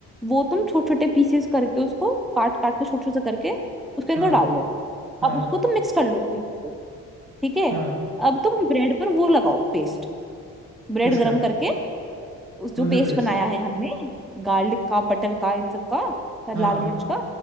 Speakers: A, in the centre; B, on the right.
A: वो तुम छोटे छोटे पीसेस करके उसको काट काट के छोटे छोटे करके उसके अंदर
B: हाँ
A: डाल दो
B: हाँ
A: अब उसको तुम मिक्स कर लो पीस को ठीक है
B: हाँ
A: अब तुम ब्रेड पर वो लगाओ पेस्ट ब्रेड
B: किसका
A: गरम करके उस जो
B: कौन सा
A: पेस्ट
B: बेस्ट
A: बनाया है हमने गार्लिक का बटर का इन सब का और
B: हाँ
A: लाल मिर्च
B: हाँ
A: का